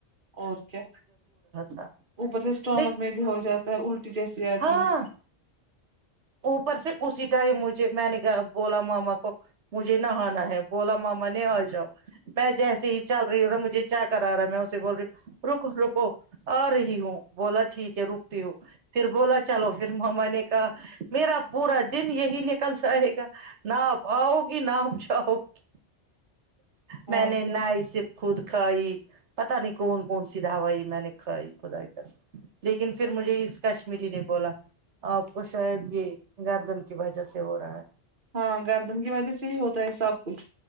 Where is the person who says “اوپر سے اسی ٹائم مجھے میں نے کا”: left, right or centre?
Right